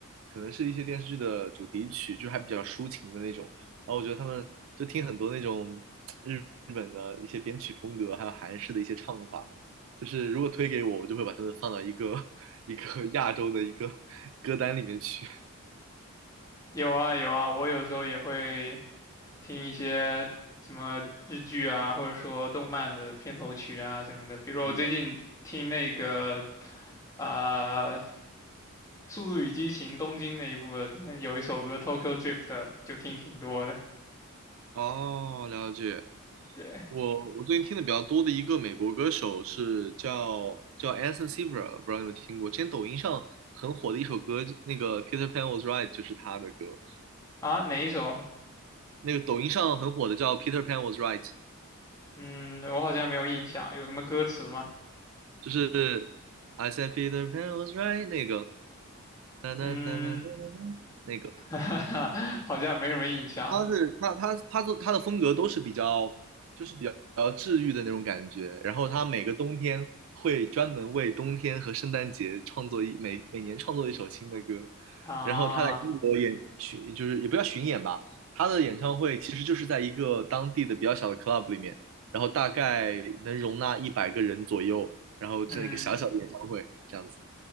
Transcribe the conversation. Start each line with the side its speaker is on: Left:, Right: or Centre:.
Right: 可能是一些电视剧的主题曲，就是还比较抒情的那种。然后我觉得他们就听很多那种日日本的一些编曲风格，还有韩式的一些唱法。就是如果推给我，我就会把他们放到一个 <laughs> 一个亚洲的一个歌单里面去。
Left: 有啊有啊，我有时候也会听一些什么日剧啊，或者说动漫的片头曲啊什么的。比如我最近听那个
Right: 嗯，
Left: 啊、呃《速度与激情：东京》那一部的，里面有一首歌《Tokyo Drift》，就听挺多的。
Right: 哦，了解。
Left: 对
Right: 我我最近听的比较多的一个美国歌手是叫叫 Anderson Silva，不知道你有没有听过？之前抖音上很火的一首歌，那个 Peter Pan Was Right 就是他的歌。
Left: 啊，哪一首？
Right: 那个抖音上很火的叫 Peter Pan Was Right，
Left: 嗯，我好像没有印象，有什么歌词吗？
Right: 就是 I said Peter Pan was right 那个，哒哒哒哒哒哒，
Left: 嗯，
Right: 那个。
Left: <laughs> 好像没什么印象
Right: 他是他他他做他的风格都是比较就是比较比较治愈的那种感觉，然后他每个冬天会专门为冬天和圣诞节创作一每每年创作一首新的歌，
Left: 啊。
Right: 然后他在英国演巡就是也不叫巡演吧，他的演唱会其实就是在一个当地的比较小的 club 里面，然后大概能容纳一百个人左右，然后这样一个小小的演唱会这样子
Left: 嗯，